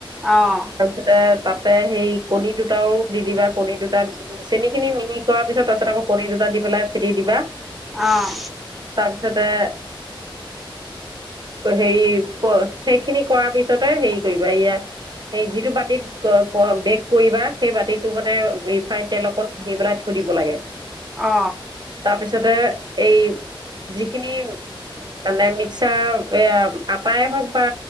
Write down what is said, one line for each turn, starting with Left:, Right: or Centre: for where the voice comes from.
Centre: অ',
Right: তাৰ পিছত এ- তাতে সেই কণী দুটাও দি দিবা কণী দুটা চেনিখিনি মিহি কৰাৰ পিছত তাৰপিছত আকৌ কণী দুটা দি পেলাই ফেটি দিবা।
Centre: অ',
Right: তাৰপিছতে- হেৰি ক সেইখিনি কৰাৰ পিছতে হেৰি কৰিবা এয়া এই যিটো বাতিত- বেক কৰিবা সেই বাতিটো মানে ৰিফাইন তেল অকণ ঘুহি পেলাই থৈ দিব লাগে।
Centre: অ।
Right: তাৰপিছতে এই যিখিনি মানে মিক্সাৰ এই আটায় হওক বা